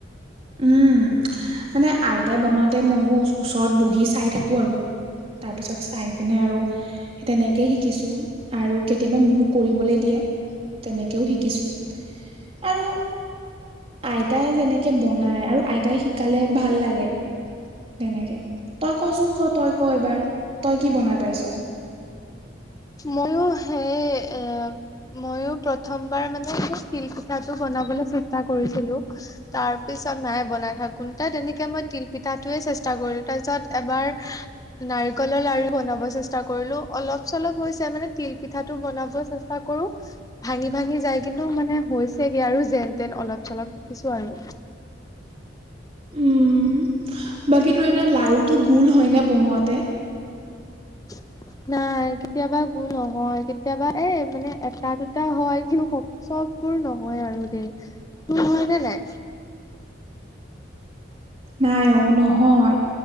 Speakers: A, on the right (about 35°); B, on the left (about 20°).
A: উম মানে আইতাই বনাওঁতে মইও ওচৰত বহি চাই থাকো আৰু তাৰপিছত চাই কিনে আৰু তেনেকেই শিকিছো আৰু কেতিয়াবা মোকো কৰিবলৈ দিয়ে তেনেকেও শিকিছো আৰু আইতাই যেনেকে বনাই আৰু আইতাই শিকালে ভাল লাগে তেনেকে তই কচোন ক তই ক এবাৰ তই কি বনাই পাইছ
B: ময়ো সেই এ মইও প্ৰথমবাৰ মানে এ তিল পিঠাটো বনাবলৈ চেষ্টা কৰিছিলো তাৰপিছত মায়ে বনাই থাকোতে তেনেকে মই তিল পিঠাটোৱে চেষ্টা কৰিলো তাৰপিছত এবাৰ নাৰিকলৰ লাৰু বনাব চেষ্টা কৰিলো অলপ চলপ হৈছে মানে তিল পিঠাটো বনাব চেষ্টা কৰো ভাঙি ভাঙি যাই কিন্তু মানে হৈছেগে আৰু যেন তেন অলপ চলপ শিকিছো আৰু
A: উম বাকী তোৰ এনে লাৰুটো গোল হয়নে বনোৱাতে
B: <inaudible> নাই কেতিয়াবা গুল নহয় কেতিয়াবা এ মানে এটা দুটা হয় কিন্তু চববোৰ নহয় আৰু দেই তোৰ হয় নে নাই
A: নাই অ নহয়